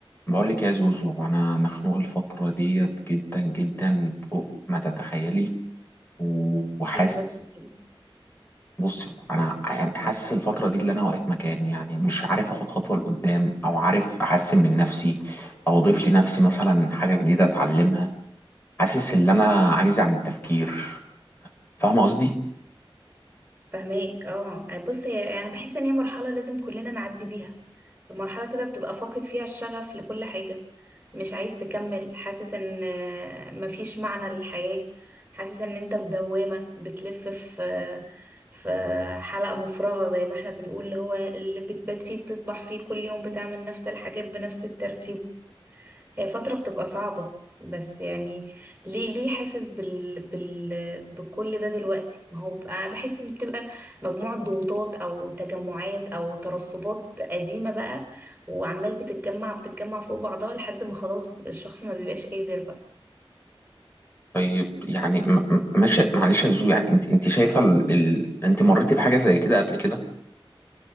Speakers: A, on the left; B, on the right.
A: بقول لك يا زوزو انا مخنوق الفتره ديت جدا جدا فوق ما تتخيلي و- وحاسس
B: دي بس كده.
A: بصي انا يعني حاسس الفتره دي اللي انا واقف مكاني يعني مش عارف اخد خطوه لقدام او عارف احسن من نفسي او اضيف لنفسي مثلا حاجه جديده اتعلمها حاسس ان انا عايز عن التفكير فاهمه قصدي
B: فهماك اه بص هي يعني بحس ان هي مرحلة لازم كلنا نعدي بيها المرحلة كده بتبقى فاقد فيها الشغف لكل حاجة مش عايز تكمل حاسس ان آه، مفيش معنى للحياة حاسس ان انت في دوامة بتلف في في حلقة مفرغة زي ما احنا بنقول اللي هو اللي بتبات فيه بتصبح فيه كل يوم بتعمل نفس الحاجات بنفس الترتيب هي فترة بتبقى صعبة بس يعني ليه ليه حاسس بال... بال... بكل ده دلوقتي ما هو بقى- انا بحس ان بتبقى مجموعة ضغوطات او تجمعات او ترسبات قديمة بقى وعمال بتتجمع بتتجمع فوق بعضها لحد ما خلاص الشخص ما بيبقاش قادر بقى
A: طيب يعني م- م- ماشي معلش يا زوزو يعني انت انت شايفه ال... ال... انت مريتي بحاجه زي كده قبل كده